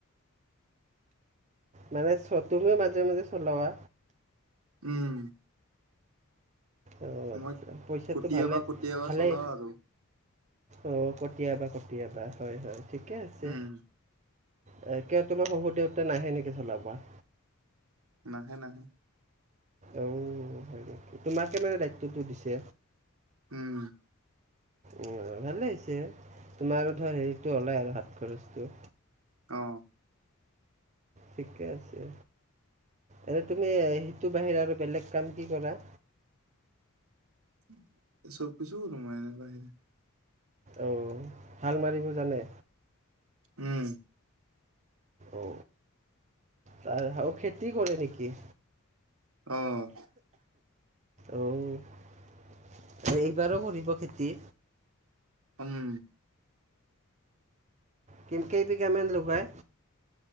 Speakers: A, on the right; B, on the right.
A: মানে চত টোও মাজে মাজে চলোৱা
B: উম
A: অ' আচ্ছা
B: মই
A: পইচাটো
B: কেতিয়াবা
A: ভালে
B: কেতিয়াবা
A: ভালেই
B: চলাও আৰু
A: অ' কতিয়াবা কতিয়াবা হয়-হয় ঠিকে আছে।
B: উম
A: এ কিয় তোমাৰ শহু দেউতা নাহে নেকি চলাবা
B: নাহে নাহে
A: অ' হয় নেকি তোমাকে মানে দায়িত্বটো দিছে
B: উম
A: উম ভালে হৈছে, তোমাৰো ধৰ হেৰিটো ওলাই আৰু, হাত খৰচটো
B: অ'
A: ঠিকে আছে। এনে তুমি সেইটোৰ বাহিৰে আৰু বেলেগ কাম কি কৰা
B: <unintelligible> কৰো মই ইয়াৰ বাহিৰে
A: অঁ হাল মাৰিব জানে
B: উম
A: অ' তাৰ হাও খেতি কৰে নেকি
B: অ'
A: অউ' এইবাৰোঁ কৰিব খেতি
B: উম
A: কিম কেই বিঘা মান লগায়